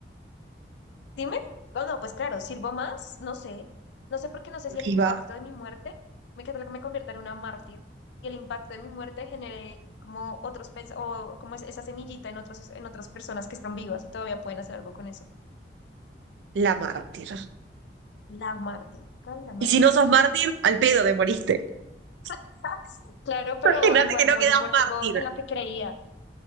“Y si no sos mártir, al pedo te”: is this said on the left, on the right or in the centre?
Right